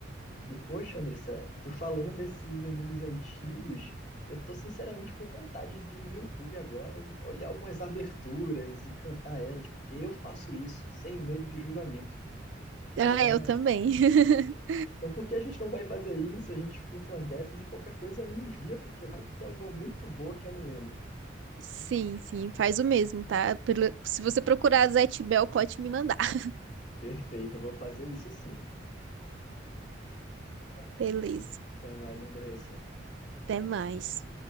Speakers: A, on the left; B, on the right.
A: E poxa, Andressa, tu falando desses animes antigos, eu tô sinceramente com vontade de ir no YouTube agora e olhar algumas aberturas e cantar elas, porque eu faço isso sem medo de julgamento. É,
B: Ah, eu também. <laughs>
A: então por que a gente não vai fazer isso? A gente escuta uma dessas e qualquer coisa me envia, porque vai que tem alguma muito boa que eu não lembro.
B: Sim, sim, faz o mesmo, tá? Pelo- Se você procurar Zé Bell, pode me mandar. <laughs>
A: Perfeito, eu vou fazer isso sim. Vai.
B: Beleza,
A: Até mais, Andressa.
B: até mais.